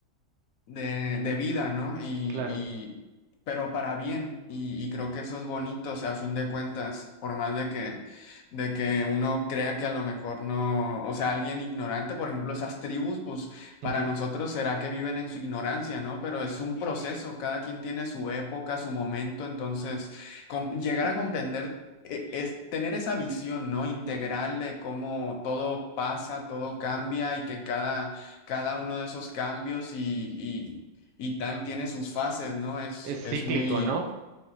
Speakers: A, on the left; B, on the right.
A: de, de vida, ¿no? Y, y-
B: claro.
A: pero para bien, y, y creo que eso es bonito, o sea, a fin de cuentas, por más de que, de que uno crea que a lo mejor no, o sea, alguien ignorante, por ejemplo, esas tribus, pues para
B: ujú.
A: nosotros será que viven en su ignorancia, ¿no? Pero es un proceso, cada quien tiene su época, su momento, entonces, com- llegar a comprender... e- Es tener esa visión, ¿no? Integral de cómo todo pasa, todo cambia y que cada, cada uno de esos cambios y, y- y tal tiene sus fases, ¿no? Es,
B: Es cíclico,
A: es muy...
B: ¿no?